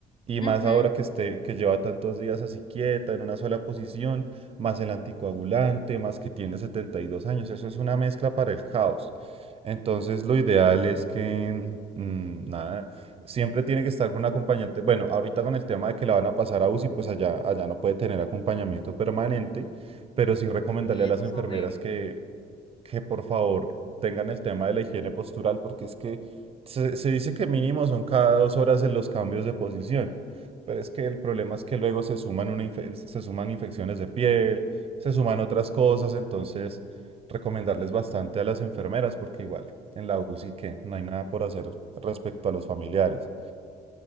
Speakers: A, on the right; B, on the left.
A: Y más
B: Ujú,
A: ahora que, esté, que lleva tantos días así quieta, en una sola posición, más el anticoagulante, más que tiene 72 años. Eso es una mezcla para el caos. Entonces, lo ideal es que, mm, nada, siempre tiene que estar con un acompañante. Bueno, ahorita con el tema de que la van a pasar a UCI, pues allá, allá no puede tener acompañamiento permanente pero sí recomendarle
B: Y
A: a
B: eso
A: las
B: es
A: enfermeras
B: horrible.
A: que, que por favor tengan el tema de la higiene postural, porque es que se, se dice que mínimo son cada dos horas en los cambios de posición, pero es que el problema es que luego se suman, una infe- se suman infecciones de piel, se suman otras cosas, entonces recomendarles bastante a las enfermeras, porque igual en la UCI que no hay nada por hacer respecto a los familiares.